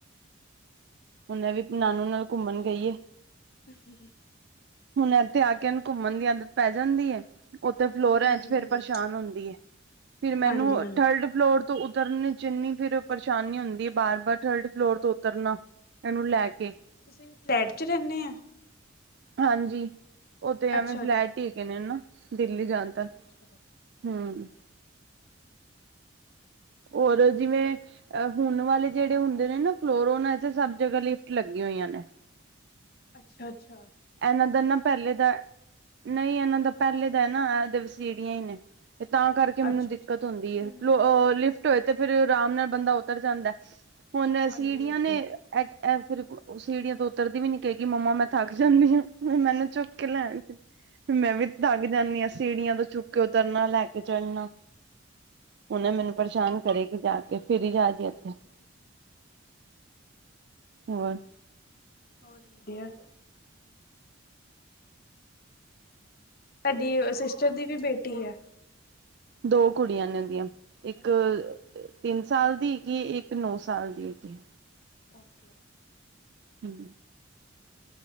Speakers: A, on the right (about 55°); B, on the left (about 45°).
A: ਹੁਨੇ ਵੀ ਨਾਨੂ ਨਾਲ ਘੁੰਮਣ ਗਈ ਏ।
B: ਅਹ ਹ।
A: ਹੁਣ ਐਥੇ ਆ ਕੇ ਏਨੂੰ ਘੁੰਮਣ ਦੀ ਆਦਤ ਪੈ ਜਾਂਦੀ ਐ। ਉਥੇ ਫਲੋਰਾਂ
B: ਹੂੰ,
A: ਚ ਫੇਰ ਪਰੇਸ਼ਾਨ ਹੁੰਦੀ ਐ। ਫਿਰ ਮੈਨੂੰ
B: ਹਾਂਜੀ-ਹਾਂਜੀ,
A: ਥਰਡ ਫਲੋਰ ਤੋਂ ਉਤਰਨ ਚ ਇਨੀ ਫਿਰ ਪਰੇਸ਼ਾਨੀ ਹੁੰਦੀ ਐ, ਬਾਰ ਬਾਰ ਥਰਡ ਫਲੋਰ ਤੋਂ ਉਤਰਨਾ, ਏਹਨੂੰ ਲੈ ਕੇ।
B: ਤੁਸੀਂ ਵੀ ਫਲੈਟ ਚ ਰਹਿਨੇ ਆ?
A: ਹਾਂਜੀ, ਉਹ ਤੇ ਐਵੇਂ
B: ਅੱਛਾ-ਅੱਛਾ।
A: ਫਲੈਟ ਈ ਹੈਗੇ ਨੇ ਨਾ, ਦਿੱਲੀ ਜਾਣ
B: ਅੱਛਾ-ਅੱਛਾ।
A: ਤਰ। ਹੂੰ। ਔਰ ਜਿਵੇਂ ਅਹ ਹੁਣ ਵਾਲੇ ਜਿਹੜੇ ਹੁੰਦੇ ਨੇ ਨਾ ਫਲੋਰ, ਓਨਾ ਚ ਸਭ ਜਗ੍ਹਾ ਲਿਫਟ ਲੱਗੀ ਹੋਈਆਂ ਨੇ।
B: ਅੱਛਾ ਅੱਛਾ।
A: ਇਹਨਾਂ ਦਾ ਨਾ ਪਹਿਲੇ ਦਾ, ਨਹੀਂ ਇਹਨਾਂ ਦਾ ਪਹਿਲੇ ਦਾ ਐ ਨਾ, ਇਹ ਵਸੀੜੀਆਂ ਈ ਨੇ। ਤੇ ਤਾਂ ਕਰਕੇ
B: ਅੱਛਾ-ਅੱਛਾ,
A: ਮੈਨੂੰ ਦਿੱਕਤ ਹੁੰਦੀ ਐ।
B: ਹੂੰ,
A: ਫਲੋ ਓ ਲਿਫ ਟ ਹੋਏ ਤੇ ਫੇਰ ਰਾਮ ਨਾਲ ਬੰਦਾ ਉਤਰ ਜਾਂਦੈ, ਹੁਣ
B: ਹਾਂਜੀ-ਹਾਂਜੀ।
A: ਸੀੜੀਆਂ ਨੇ ਐਨ ਐ ਫਿਰ ਓ ਓ ਸੀੜੀਆਂ ਤੋਂ ਉਤਰਦੀ ਵੀ ਨੀ, ਕਹੇਗੀ ਮੰਮਾ ਮੈਂ ਥੱਕ ਜਾਨੀ ਆਂ। ਮ ਮੈਨੂੰ ਚੁੱਕ ਕੇ ਲੈ। ਮੈਂ ਵੀ ਤਕ ਜਾਨੀ ਆਂ, ਸੀੜੀਆਂ ਤੋਂ ਚੁੱਕ ਕੇ
B: ਹਾਂਜੀ
A: ਉਤਰਨਾ,
B: ਇਹ
A: ਲੈ
B: ਤਾਂ
A: ਕੇ
B: ਹੈ
A: ਚੜ੍ਹਨਾ। ਹੁਣ ਐ ਮੈਨੂੰ ਪਰੇਸ਼ਾਨ ਕਰੇਗੀ ਜਾ ਕੇ, ਫਿਰ ਹੀ ਜਾ ਜ ਇੱਥੇ। ਹੋਰ?
B: ਹੋਰ ਵਧੀਆ। ਤਾਡੀ ਸਿਸਟਰ ਦੀ ਵੀ ਬੇਟੀ ਐ?
A: ਦੋ ਕੁੜੀਆਂ ਨੇ ਉਹਦੀਆਂ, ਇੱਕ
B: ਅੱਛਾ
A: ਅਹ
B: ਅੱਛਾ
A: ਤਿੰਨ ਸਾਲ ਦੀ ਹੈਗੀ ਐ, ਇੱਕ ਨੌ ਸਾਲ ਦੀ ਹੈਗੀ ਐ।
B: ਓਕੇ।
A: ਹੂੰ।